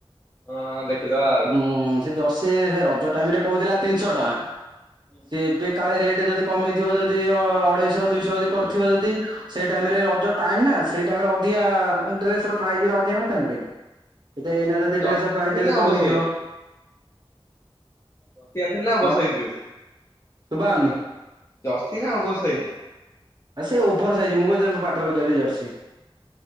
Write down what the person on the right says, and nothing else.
ହୁଁ ସେ ଜର୍ସି ସେ ରଜ ଟାଇମରେ କହୁଥିଲା ତିନିଶହ ଟଙ୍କା।
ସିଏ ଏବେ କାଳେ ରେଟ୍ ଯଦି କମେଇଥିବ ଯଦି ଅ ଅଢେଇଶହ ଦୁଇଶହ ଯଦି କରିଥିବ ଯଦି। ସେଇ ଟାଇମରେ ରଜ ଟାଇମ ନା ସେଇ ଟାଇମ ରେ ଅଧିକା ଡ୍ରେସ ର ପ୍ରାଇଜ ଗୁରା ଅଧିକ ନଥାନ୍ତି କି। ଟିକେ
ଏଇନା ଯଦି
ଡ୍ରେସ୍ ର ପ୍ରାଇଜ୍
ଯଦି
କମିଥିବ।
ହଁ
ଶୁଭା ହଉନି
ଆ ସେ ଓଭର ସାଇଜି ମୁଁ କହୁଚି ମୋ ପାଟରେ ପସିଯାଉଚି ଜର୍ସି।